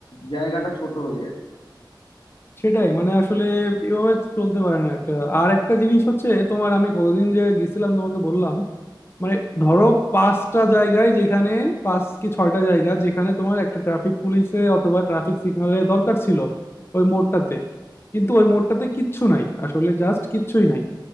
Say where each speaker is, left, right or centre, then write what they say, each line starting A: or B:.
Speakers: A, on the left (about 80°); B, on the left (about 30°).
A: জায়গাটা ছোট হয়ে যাচ্ছে
B: সেটাই মানে আসলে এভাবে তো চলতে পারে না একটা আর একটা জিনিস হচ্ছে তোমার আমি কতদিন যে গেছিলাম তোমাকে বললাম মানে ধরো পাঁচটা জায়গায় যেখানে পাঁচ কি ছয়টা জায়গা যেখানে তোমার একটা ট্রাফিক পুলিশে অথবা ট্রাফিক সিগন্যালের দরকার ছিল ওই মোড়টাতে কিন্তু ওই মোড়টাতে কিচ্ছু নাই আসলে জাস্ট কিচ্ছুই নাই